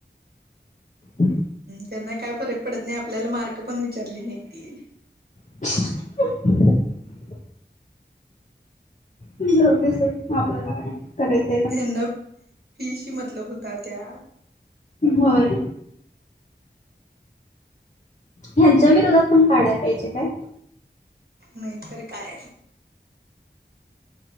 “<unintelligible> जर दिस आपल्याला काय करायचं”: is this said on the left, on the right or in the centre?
Left